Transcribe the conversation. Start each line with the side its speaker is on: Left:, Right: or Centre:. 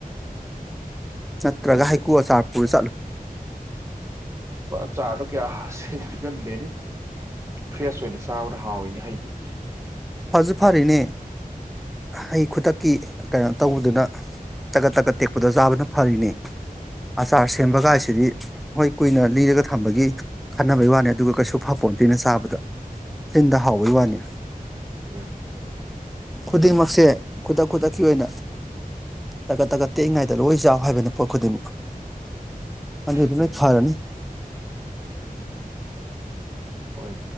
Centre: ꯅꯠꯇ꯭ꯔꯒ
Right: ꯑꯩꯁꯦ
Centre: ꯍꯩꯀꯨ ꯑꯆꯥꯔ ꯄꯨꯔ ꯆꯠꯂꯨ
Right: ꯆꯥꯔꯗꯣ ꯀꯌꯥ ꯍꯥ ꯁꯤꯠꯒꯟꯗꯦꯅꯦ ꯐ꯭ꯔꯦꯁ ꯑꯣꯏꯅ ꯁꯥꯕꯅ ꯍꯥꯎꯏꯅꯦ ꯍꯩꯗꯤ
Centre: ꯐꯁꯨ ꯐꯔꯤꯅꯦ ꯍꯩ ꯈꯨꯗꯛꯀꯤ ꯀꯩꯅꯣ ꯇꯧꯕꯗꯨꯅ ꯇꯀꯠ ꯇꯛꯀꯠ ꯇꯦꯛꯄꯗ ꯆꯥꯕꯅ ꯐꯔꯤꯅꯦ ꯑꯆꯥꯔ
Right: ꯎꯝ
Centre: ꯁꯦꯝꯕꯒꯥꯏꯁꯤꯗꯤ ꯍꯣꯏ ꯀꯨꯏꯅ ꯂꯤꯔꯒ ꯊꯝꯕꯒꯤ ꯈꯟꯅꯕꯩ ꯋꯥꯅꯤ ꯑꯗꯨꯒ ꯀꯩꯁꯨ ꯐꯄꯣꯟꯇꯤꯅ ꯆꯥꯕꯗ ꯆꯤꯟꯗ ꯍꯥꯎꯕꯩ ꯋꯥꯅꯤ
Right: ꯎꯝ
Centre: ꯈꯨꯗꯤꯡꯃꯛꯁꯦ ꯈꯨꯗꯛ ꯈꯨꯗꯛꯀꯤ ꯑꯣꯏꯅ ꯇꯀꯠ ꯇꯀꯠ ꯇꯦꯛꯏꯉꯩꯗ ꯂꯣꯏ ꯆꯥꯎ ꯍꯥꯏꯕꯅꯤ ꯄꯣꯠ ꯈꯨꯗꯤꯡꯃꯛ ꯑ ꯑꯗꯨꯗꯤꯅ
Right: ꯎꯝ
Centre: ꯐꯥꯔꯅꯤ
Right: ꯈꯣꯏ